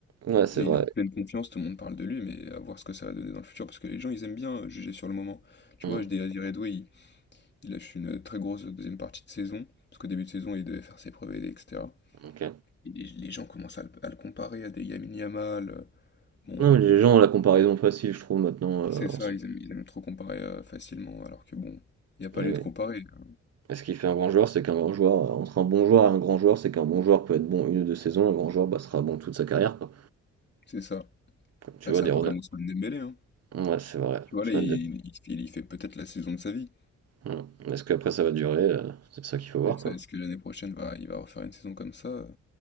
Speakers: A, on the right (about 55°); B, on the left (about 35°).
A: Ouais, c'est
B: Là, il
A: vrai.
B: est en pleine confiance, tout le monde parle de lui, mais à voir ce que ça va donner dans le futur, parce que les gens, ils aiment bien euh, juger sur le moment. Tu
A: Hum.
B: vois, Désiré Doué, il, il lâche une très grosse deuxième partie de saison, parce qu'au début de saison, il devait faire ses preuves, etc.
A: Ok.
B: Et les, les gens commencent à le, à le comparer à des Lamine Yamal. euh, Bon,
A: Non, mais
B: euh,
A: les gens ont la comparaison facile, je trouve, maintenant. euh,
B: c'est ça,
A: en ce-
B: ils aiment, ils aiment trop comparer euh, facilement, alors que bon, il n'y a pas
A: Eh
B: lieu
A: oui.
B: de comparer. hein.
A: Ce qui fait un grand joueur, c'est qu'un grand joueur, euh, entre un bon joueur et un grand joueur, c'est qu'un bon joueur peut être bon une ou deux saisons, un grand joueur bah, sera bon toute sa carrière, quoi.
B: C'est ça.
A: Tu
B: Bah,
A: vois,
B: c'est
A: des
B: un
A: Ronald.
B: peu comme Ousmane Dembélé, hein.
A: Ouais, c'est vrai.
B: Tu vois,
A: Ousmane
B: là, il,
A: Dem-
B: il il fait peut-être la saison de sa vie.
A: Ouais. Est-ce qu'après ça va durer? euh, c'est ça qu'il faut voir,
B: C'est ça,
A: quoi.
B: est-ce que l'année prochaine va, il va refaire une saison comme ça?